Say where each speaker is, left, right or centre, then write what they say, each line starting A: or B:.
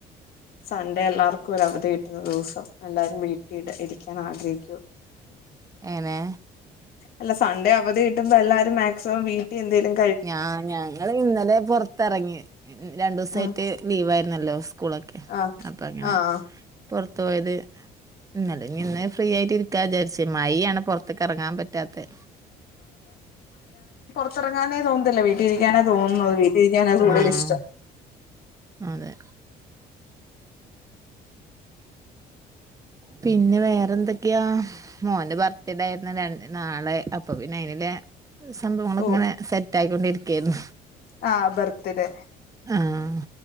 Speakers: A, on the left; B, on the right.
A: സൺഡേ എല്ലാവർക്കും ഒര അവധി കിട്ടുന്ന ദിവസം എല്ലാവരും വീട്ടിടെ ഇരിക്കാൻ ആഗ്രഹിക്കൂ
B: എ ന്നെ
A: അല്ല സൺഡേ അവധി കട്ടുമ്പോ എല്ലാരും മാക്സിമം വീ ട്ടി എന്തെങ്കിലും
B: ഞാ ഞങ്ങള് ഇന്നലെ പുറത്തിറങ്ങി രണ്ടു ദിവസയിട്ട്
A: ഉം
B: ലീവ് ആയിരുന്നല്ലോ സ്കൂളൊക്കെ
A: ആഹ്
B: അപ്പ അങ്ങനെ
A: ആഹ്
B: പുറത്ത പോയത് ഇന്നല്ലേ ഇന്ന് ഫ്രീ ആയിട്ട് ഇ വിചാരിച്ച മഴ ആണ് പുറത്തേക്ക് ഇറങ്ങാൻ പറ്റാത്ത
A: പുറത്തിറങ്ങാനേ തോന്നുന്നല്ല വീട്ടിലിരിക്കാനെ തോന്നുന്നത്, വീട്ടിരിക്കാനാണ് കൂടുതൽ
B: ആഹ്
A: ഇഷ്ടം
B: അതെ പിന്നെ വേറെന്തൊക്കെയാ മോന്റെ ബർത്ത്ഡേ ആയിരുന്നു രണ്ട് നാളെ അപ്പൊ പിന്നെ അയിനല് സംഭവങ്ങൾ
A: ഓഹ്
B: ഇങ്ങനെ സെറ്റ് ആയിക്കൊണ്ടിരിക്കയായിരുന്നു
A: ആഹ് ബർത്തഡേ
B: ആഹ്